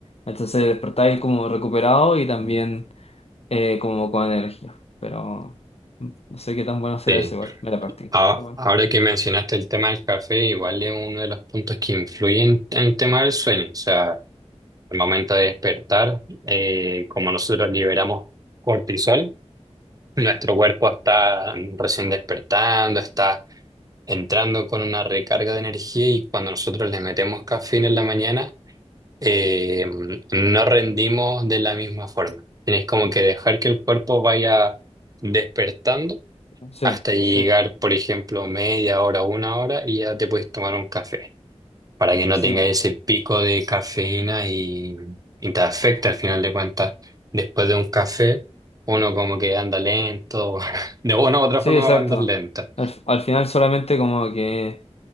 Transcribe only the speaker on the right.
sí.
A-
Ahora que mencionaste el tema del café, igual es uno de los puntos que influyen en el tema del sueño. O sea, el momento de despertar, eh, como nosotros liberamos cortisol, nuestro cuerpo está recién despertando, está entrando con una recarga de energía y cuando nosotros le metemos cafeína en la mañana, eh, no rendimos de la misma forma. Tienes como que dejar que el cuerpo vaya despertando
hasta llegar,
por ejemplo, media hora, una hora y ya te puedes tomar un café para que no
tengas ese pico de cafeína y, y te afecta al final de cuentas. Después de un café, uno como que anda lento, <laughs> de una u otra
forma
va a andar lento.